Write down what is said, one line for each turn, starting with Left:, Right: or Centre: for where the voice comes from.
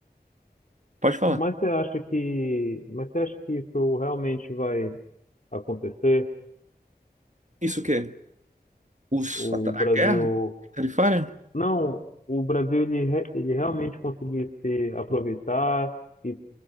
Right: Pode falar.
Left: mas você acha que, mas você acha que isso realmente vai acontecer?
Right: Isso o quê? Os,
Left: O
Right: a, ta- a
Left: Brasil
Right: guerra tarifária?
Left: Não, o Brasil ele, re- ele realmente conseguir se aproveitar e,